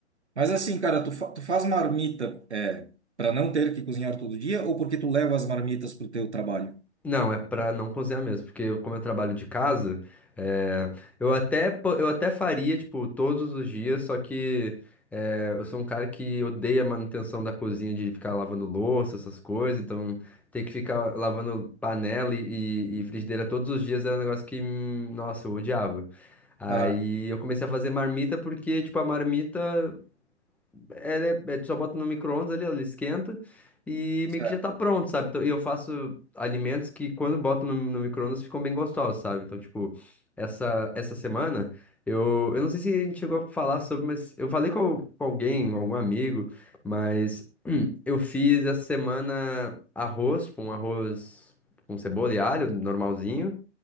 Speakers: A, on the right; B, in the centre.
A: Mas assim, cara, tu, fa- tu faz marmita é, para não ter que cozinhar todo dia ou porque tu leva as marmitas pro teu trabalho?
B: Não, é pra não cozinhar mesmo, porque eu- como eu trabalho de casa, é, eu até, po- eu até faria, tipo, todos os dias, só que é, eu sou um cara que odeia a manutenção da cozinha, de ficar lavando louça, essas coisas, então ter que ficar lavando panela e, e- e frigideira todos os dias era um negócio que, hum, nossa, eu odiava. Aí
A: Ah,
B: eu comecei a fazer marmita porque, tipo, a marmita ela é, né, é, tu só bota no micro-ondas ali, ela esquenta e
A: certo.
B: meio que já tá pronto, sabe? Então, e eu faço alimentos que quando boto no, no micro-ondas ficam bem gostosos, sabe? Então, tipo, essa, essa semana eu, eu não sei se a gente chegou a falar sobre, mas eu falei com, al- com alguém, algum amigo, mas eu fiz essa semana arroz, tipo, um arroz com cebola e alho, normalzinho.